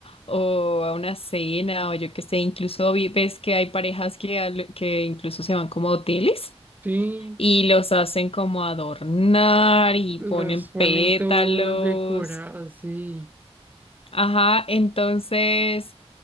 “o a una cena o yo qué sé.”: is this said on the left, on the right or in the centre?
Left